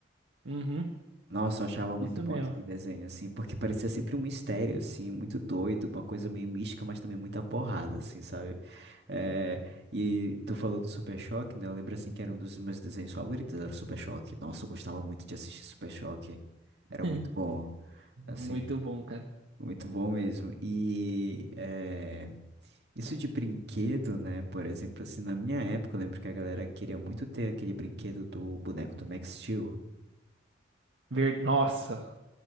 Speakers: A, on the right; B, on the right.
A: Uhum,
B: Nossa, eu achava muito
A: isso
B: bom
A: mesmo.
B: aquele desenho, assim, porque parecia sempre um mistério, assim, muito doido, uma coisa meio mística, mas também muita porrada, assim, sabe? Eh, e tu falou do Super Choque, né? Eu lembro, assim, que era um dos meus desenhos favoritos, era o Super Choque. Nossa, eu gostava muito de assistir Super Choque. Era
A: <laughs>
B: muito bom, assim,
A: É muito bom, cara.
B: muito bom mesmo. E eh, isso de brinquedo, né? Por exemplo, assim, na minha época, eu lembro que a galera queria muito ter aquele brinquedo do boneco do Max Steel.
A: Ver... Nossa,